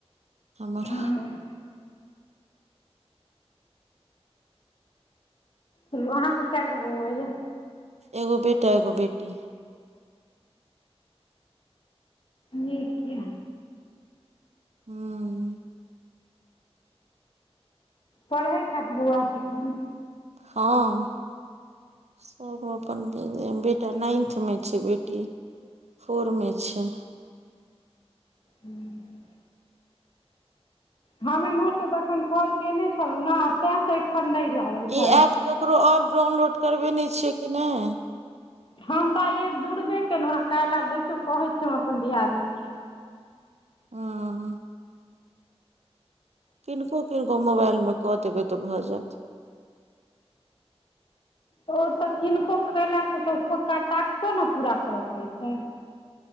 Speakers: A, on the right; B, on the left.
A: हमर
B: हँ चलू अहाँके कै गो बौआ ये
A: एगो बेटा एगो बेटी
B: नीक यऽ
A: हँ
B: पढ़ैत हैत बौआ सभ तहन
A: हँ सभ अपन बेटा नाइन्थमे छै बेटी फोर मे छै
B: हूँ हम एम्हरसँ तखन कॉल कयने छलहुँ ने आ तैं सँ एखन नय लागल
A: ई
B: शायद
A: ऐप ककरो आओर डाउनलोड करबेने छियै कि नय
B: हम तऽ आइये जुड़बे केलहुँ हे काल्हि आब देखियौ कहै छियै हम अपन दियादनी के
A: हँ किनको- किनको मोबाइल मे कऽ देबै तऽ भऽ जायत।
B: ओ तऽ किनको कयलासँ तऽ टास्को न पूरा करय पड़ै छै।